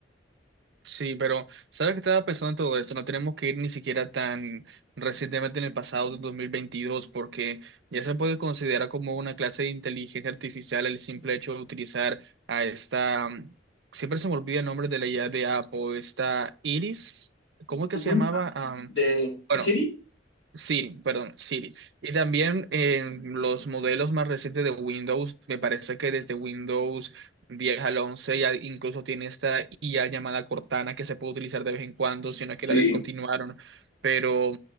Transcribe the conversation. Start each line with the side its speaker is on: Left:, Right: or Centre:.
Right: Sí, pero ¿sabes qué estaba pensando en todo esto? No tenemos que ir ni siquiera tan recientemente en el pasado de 2022, porque ya se puede considerar como una clase de inteligencia artificial el simple hecho de utilizar a esta, mm, siempre se me olvida el nombre de la IA de Apple, esta Iris, ¿cómo es que
Left: Ujú.
Right: se llamaba? Am,
Left: De
Right: bueno,
Left: Siri.
Right: Siri, perdón, Siri. Y también en los modelos más recientes de Windows, me parece que desde Windows 10 al 11 ya incluso tiene esta IA llamada Cortana que se puede utilizar de vez en cuando, sino que
Left: Sí,
Right: la descontinuaron. Pero